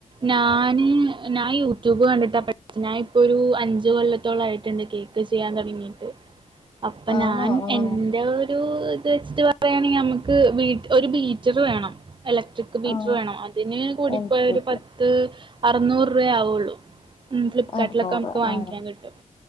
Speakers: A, on the right; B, on the left.
A: ഞാന് ഞാൻ യൂട്യൂബ് കണ്ടിട്ട് പ ഞാനിപ്പോ ഒരു അഞ്ച് കൊല്ലത്തോളം ആയിട്ടുണ്ട് കേക്ക് ചെയ്യാൻ തുടങ്ങിട്ട് അപ്പം
B: ആണോ
A: ഞാൻ
B: ആഹ്
A: എന്റെ ഒരു ഇത് വെച്ചിട്ട് പറയാണെങ്കിൽ നമുക്ക് ബീറ്റ ഒരു ബീറ്റർ വേണം എല ഇലട്രിക്ക് ബീറ്റർ
B: ആഹ്
A: വേണം അതിന് കൂടിപ്പോയ
B: എൺപത് രൂപയ്ക്ക്
A: ഒരു പത്ത് അറുനൂറ് രൂപ ആവുള്ളൂ ഉ ഫ്ലിപ്കാർട്ടിലൊക്കെ
B: അറുന്നൂറ്
A: നമുക്ക് വാങ്ങിക്കാൻ
B: ആഹ്
A: കിട്ടും